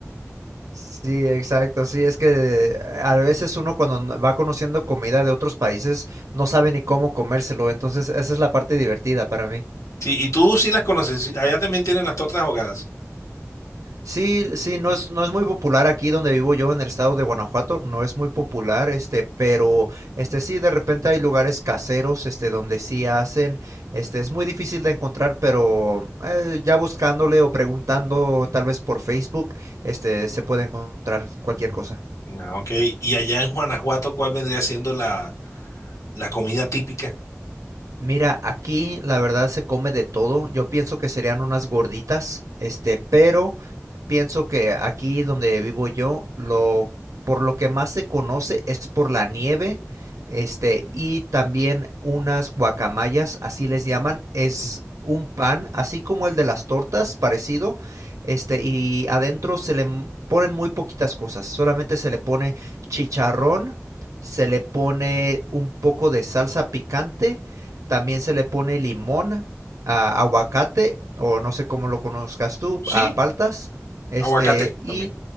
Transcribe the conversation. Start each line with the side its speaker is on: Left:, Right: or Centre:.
Right: Sí, exacto, sí, es que a veces uno cuando no- va conociendo comida de otros países no sabe ni cómo comérselo, entonces esa es la parte divertida para mí.
Left: Sí, y tú sí las conoces. sí, Allá también tienen las tortas ahogadas.
Right: Sí, sí, no es, no es muy popular aquí donde vivo yo en el estado de Guanajuato, no es muy popular, este, pero, este, sí, de repente hay lugares caseros, este, donde sí hacen, este, es muy difícil de encontrar, pero eh, ya buscándole o preguntando tal vez por Facebook, este, se puede encontrar cualquier
Left: Mm.
Right: cosa.
Left: Ah, ok. Y allá en Guanajuato, ¿cuál vendría siendo la, la comida típica?
Right: Mira, aquí la verdad se come de todo. Yo pienso que serían unas gorditas, este, pero pienso que aquí donde vivo yo, lo por lo que más se conoce es por la nieve, este, y también unas guacamayas, así les llaman, es
Left: Mm.
Right: un pan, así como el de las tortas, parecido, este, y adentro se le m- ponen muy poquitas cosas, solamente se le pone chicharrón, se le pone un poco de salsa picante también se le pone limón a aguacate, o no sé cómo lo conozcas tú,
Left: Sí,
Right: a paltas. Este,
Left: aguacate
Right: y,
Left: también.